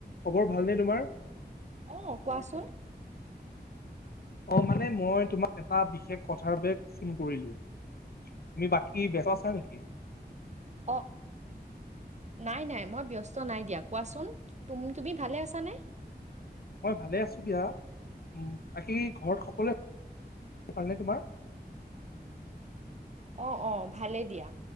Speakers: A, on the left; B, on the right.
A: খবৰ ভালনে তোমাৰ?
B: আহ কোৱাচোন।
A: অ মানে মই তোমাক এটা বিশেষ কথাৰ বাবে ফোন কৰিলোঁ। তুমি বাকী বেচ আছা নেকি?
B: অহঁ। নাই নাই মই ব্যস্ত নাই দিয়া, কোৱাচোন। তুমি ভালে আছানে?
A: মই ভালে আছো দিয়া। উ বাকি ঘৰত সকলোৱে ভালনে তোমাৰ?
B: অ অ ভালেই দিয়া।